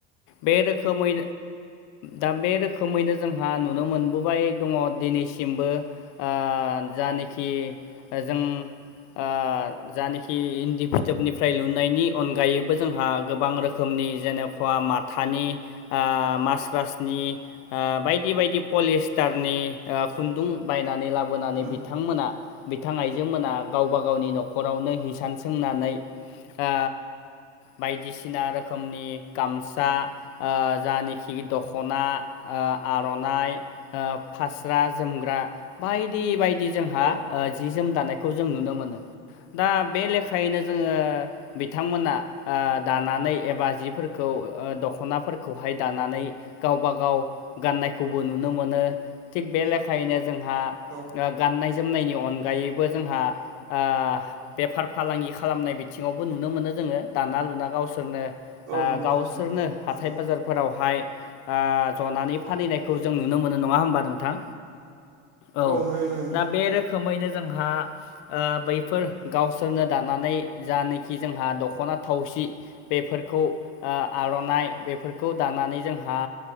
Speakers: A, on the left; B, on the right.
A: बे रोखोमै दा बे रोखोमैनो जोंहा नुनो मोनबोबाय दङ दिनैसिमबो ओ जानोखि जों ओ जानोखि इन्दि फिथोबनिफ्राय लुनायनि अनगायैबो जोंहा गोबां रोखोम रोखोमनि जेने <unintelligible> माथानि ओ मासबासनि ओ बायदि बायदि पलिस्टारनि ओ खुन्दुं बायनानै बोनानै
B: खोनादों
A: बिथांमोना बिथां आइजोमोना गावबा गावनि न'खरावनो हिसान सोंनानै ओ बायदिसिना रोखोमनि गामसा ओ जानोखि दख'ना ओ आर'नाइ ओ फास्रा जोमग्रा बायदि बायदि जोंहा
B: औ
A: ओ जि जोम दानाय खौ जों नुनो मोनो। दा बे लेखायैनो जोंङो बिथांमोना ओ दानानै एबा जिफोरखौ ओ दख'नाफोरखौहाय दानानै गावबा गाव गाननायखौबो नुनो मोनो थिग बे लेखायैनो जोंहा
B: औ
A: ओ गाननाय जोमनायनि अनगायैबो जोंहा आ बेफार फालांगि खालामनाय बिथिङावबो नुनो मोनो जोङो दाना लुना गावसोरनो
B: औ
A: ओ
B: नुनो
A: गावसोरनो
B: मोनो नुनो मोनो
A: हाथाय बाजार फोरावहाय ओ जनानै फानहैनायखौ जों नुनो मोनो नङा होमबा नोंथां। औ
B: नुयो नुयो
A: दा बे रोखोमैनो जोंहा ओ बैफोर गावसोरनो दानानै जानखि जोंहा दख'ना थावसि बेफोरखौ ओ आर'नाइ बेफोरखौ दानानै जोंहा